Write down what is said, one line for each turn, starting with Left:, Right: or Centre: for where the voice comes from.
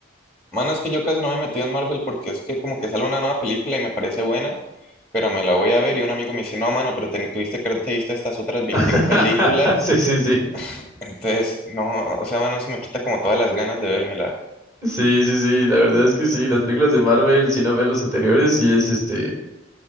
Centre: Mano, es que yo casi no me he metido en Marvel porque es que como que sale una nueva película y me parece buena, pero me la voy a ver y un amigo me dice, no, mano, pero te- tuviste que haberte visto estas otras 21
Right: <laughs>
Centre: películas.
Right: Sí, sí, sí.
Centre: Entonces, no, o sea, mano, se me quita como todas las ganas de vérmela.
Right: Sí, sí, sí, la verdad es que sí, las películas de Marvel, si no ves las anteriores, sí es este...